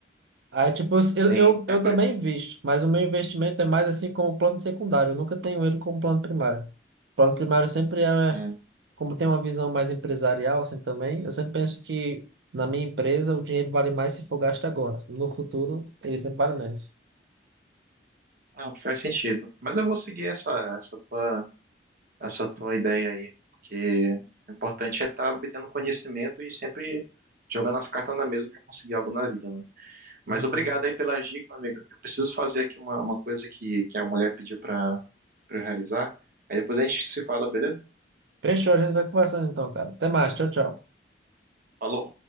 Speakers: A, on the right (about 75°); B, on the right (about 55°).
A: Aí, tipo, eu,
B: Tem,
A: eu,
B: é,
A: eu
B: por-
A: também invisto, mas o meu investimento é mais assim como plano secundário. Eu nunca tenho ele como plano primário. Plano primário sempre é,
B: é,
A: como tem uma visão mais empresarial, assim também, eu sempre penso que na minha empresa o dinheiro vale mais se for gasto agora. No futuro, ele sempre vale menos.
B: ah, faz sentido. Mas eu vou seguir essa, essa tua, essa tua ideia aí, porque o importante é estar obtendo conhecimento e sempre jogando as cartas na mesa para conseguir algo na vida, né? Mas
A: Uhum.
B: obrigado aí pela dica, meu amigo. Eu preciso fazer aqui uma, uma coisa que, que a mulher pediu para eu realizar. Aí depois a gente se fala, beleza?
A: Fechou, a gente vai conversando então, cara. Até mais, tchau, tchau.
B: Falou.